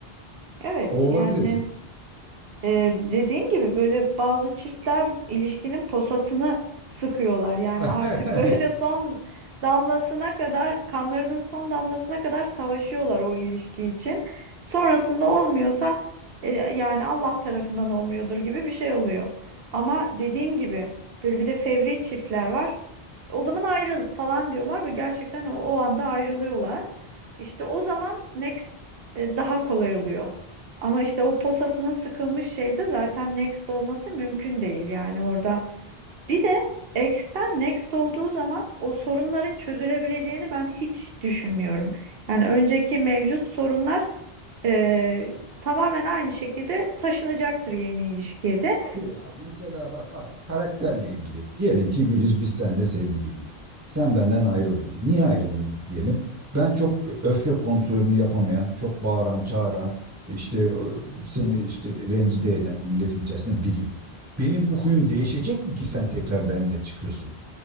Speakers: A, on the right; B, on the right.
A: Evet
B: O
A: yani
B: olabilir.
A: Ee, dediğin gibi böyle bazı çiftler ilişkinin posasını sıkıyorlar. Yani
B: <laughs>
A: artık böyle <laughs> son damlasına kadar, kanlarının son damlasına kadar savaşıyorlar o ilişki için. Sonrasında olmuyorsa e, yani Allah tarafından olmuyordur gibi bir şey oluyor. Ama dediğin gibi böyle bir de fevri çiftler var. O zaman ayrıl falan diyorlar ve gerçekten o, o anda ayrılıyorlar. İşte o zaman next e, daha kolay oluyor. Ama işte o posasının sıkılmış şeyde zaten next olması mümkün değil yani orada. Bir de X'ten next olduğu zaman o sorunların çözülebileceğini ben hiç düşünmüyorum. Yani önceki mevcut sorunlar e, tamamen aynı şekilde taşınacaktır yeni ilişkiye de.
B: Abi ya mesela bak adam karakterle ilgili. Diyelim ki Güliz biz seninle sevgiliydik. Sen benden ayrıldın. Niye ayrıldın diyelim. Ben çok öfke kontrolünü yapamayan, çok bağıran, çağıran, işte ö, seni işte rencide eden milletin içerisinde biriyim. Benim bu huyum değişecek mi ki sen tekrar benimle çıkıyorsun?